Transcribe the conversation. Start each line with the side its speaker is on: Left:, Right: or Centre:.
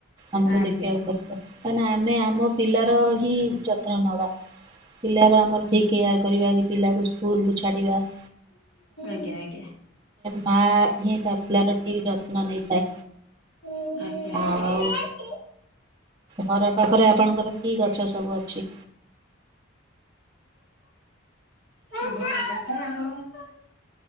Right: ଆମକୁ
Left: ଆଜ୍ଞା
Right: ଦେଖିବାକୁ
Left: ଆଜ୍ଞା।
Right: ପଡ କାଁ ଆମେ ଆମ ପିଲାର ହିଁ ଯତ୍ନ ନେବା। ପିଲା ଆମର ଫି କେୟାର କରିବା କି ପିଲାକୁ ସ୍କୁଲ କୁ ଛାଡିବା। <inaudible>
Left: ଆଜ୍ଞା ଆଜ୍ଞା।
Right: ମା ହିଁ ତା ପିଲାର ଠିକ ଯତ୍ନ ନେଇଥାଏ।
Left: ଆଜ୍ଞା।
Right: ଆଉ ଘର ପାଖରେ ଆପଣଙ୍କର କି ଗଛ ସବୁ ଅଛି?
Left: ଘର ପାଖରେ ଆମର